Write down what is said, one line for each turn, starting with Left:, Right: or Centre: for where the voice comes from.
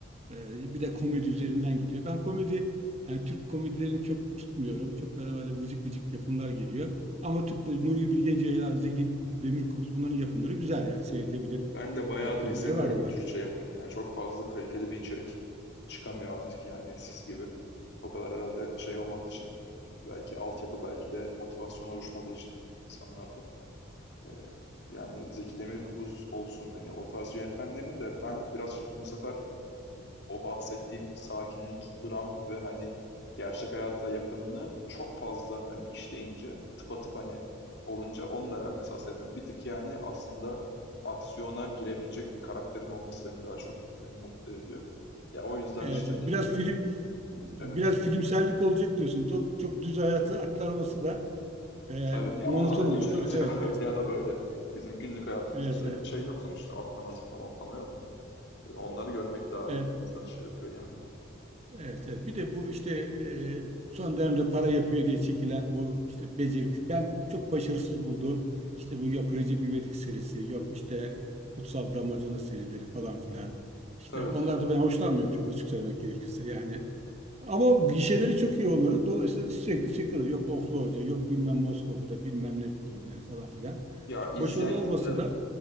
Right: ee, bir de komedi üzerinden gidiyor. Ben komedi, yani Türk komedilerini çok tutmuyorum. Çok böyle böyle vıcık vıcık yapımlar geliyor. Ama Türk, Nuri Bilge Ceylan, Zeki Demirkubuz bunların yapımları güzel yani seyredilebilir
Left: Ben de bayağıdır
Right: e, filmleri
Left: izlemiyorum
Right: var onların.
Left: Türkçe yapım ya. Çok fazla kaliteli bir içerik çıkamıyor artık yani eskisi gibi. O kadar herhalde şey olmadığı için e, belki altyapı belki de motivasyon oluşmadığı için insanlarda. E, Yani Zeki Demirkubuz olsun hani o tarz yönetmenlerin de ben birazcık bu sefer o bahsettiğim sakinlik, dram ve hani gerçek hayata yakınlığı çok fazla hani işleyince tıpatıp hani olunca onu da ben mesela sevmiyorum. Bir tık yani aslında aksiyona girebilecek bir karakterin olması beni daha çok hani mutlu ediyor. Ya o yüzden
Right: Evet,
Left: işte
Right: evet.
Left: dediğim
Right: biraz
Left: gibi
Right: film biraz
Left: evet
Right: filmsellik olacak diyorsun. Çok çok düz hayatı aktarması da e,
Left: tabii ya
Right: monoton
Left: onu zaten
Right: oluyor
Left: yaşıyoruz
Right: değil mi? Evet,
Left: ya <laughs>
Right: evet.
Left: öyle ya da böyle. Bizim günlük hayatımızda
Right: Evet,
Left: sürekli
Right: evet.
Left: şey yok sonuçta atlama zıplama atlama yok. E, Onları görmek daha
Right: Evet.
Left: bir insanı şey yapıyor yani.
Right: Evet, evet. Bir de bu işte e, son dönemde para yapıyor diye çekilen bu işte becer ben çok başarısız bulduğum işte bu yok Recep İvedik serisi, yok işte Kutsal Damacana serileri falan filan. İşte
Left: Tabii
Right: onlarda
Left: ki.
Right: ben hoşlanmıyorum çok açık söylemek gerekirse yani. Ama gişeleri çok iyi onların. Dolayısıyla sürekli çekiyorlar. Yok Oflu Hoca, yok bilmem Moskova'da, bilmem ne filmleri falan filan.
Left: Ya
Right: Çok
Left: izleyen
Right: başarılı olmasa
Left: kitle
Right: da